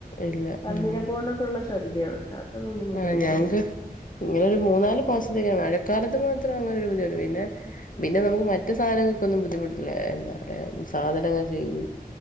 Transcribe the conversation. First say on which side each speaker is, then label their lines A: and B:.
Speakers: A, on the left; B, on the left.
A: ഇല്ല
B: പന്നിനെ
A: ആഹ്
B: കൊണ്ടോക്കെ ഉള്ള ശല്യംണ്ട <unintelligible>
A: ആഹ് ഞങ്ങക്ക് ഇങ്ങനെ ഒരു മൂന്നാല് മാസത്തേക്കാണ് മഴക്കാലത്ത് മാത്രം അങ്ങന ഒരു ബുദ്ധിമുട്ട് പിന്നെ
B: ഉം.
A: പിന്നെ നമുക്ക് മറ്റ് സാനങ്ങൾ ക്കൊന്നും ബുദ്ധിമുട്ടില്ല എന്താ പറയാ സാധനങ്ങൾ ചെയ്യ